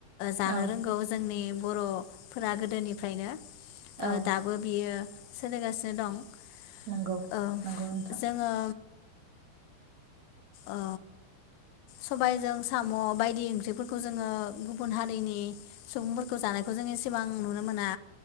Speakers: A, on the left; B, on the right.
A: जानो
B: औ
A: रोंगौ जोंनि बर' फोरा गोदोनिफ्रायनो
B: औ
A: ओ दाबो बेयो सोलिगासिनो दं औ
B: नंगौ नंगौ नोंथां
A: जोङो औ सबायजों साम' बायदि ओंख्रिफोरखौ जोङो गुबुन हारिनि सुबुंफोरखौ जानायखौ जों एसेबां नुनो मोना